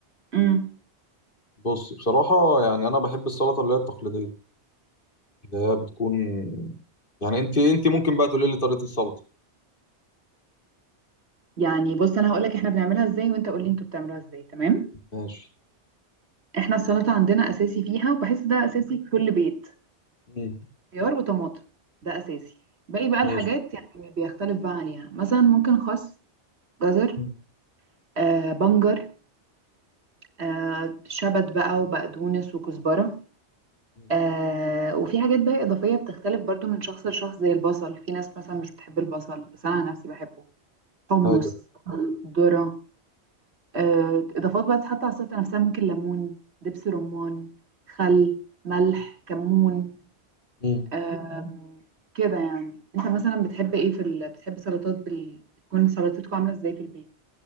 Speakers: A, on the right; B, on the left.
A: امم
B: بص بصراحة يعني أنا بحب السلطة اللي هي التقليدية اللي هي بتكون يعني أنت أنت ممكن بقى تقولي لي طريقة السلطة
A: يعني بص انا هقول لك احنا بنعملها ازاي وانت قول لي انتوا بتعملوها ازاي تمام
B: ماشي
A: احنا السلطه عندنا اساسي فيها وبحس ده اساسي في كل بيت
B: مم.
A: خيار وطماطم ده اساسي باقي بقى
B: ماشي
A: الحاجات يعني بيختلف بقى عليها مثلا ممكن خس جزر
B: مم.
A: آه بنجر آه شبت بقى وبقدونس وكزبره
B: مم.
A: آه وفي حاجات بقى إضافية بتختلف برضو من شخص لشخص زي البصل في ناس مثلا مش بتحب البصل بس أنا عن نفسي بحبه حمص
B: أيوه
A: ذرة آه إضافات بقى تتحط على السلطة نفسها ممكن ليمون دبس رمان خل ملح كمون
B: مم.
A: آم، كده يعني أنت مثلا بتحب إيه في ال... بتحب سلطات بال... تكون سلطتكم عاملة إزاي في البيت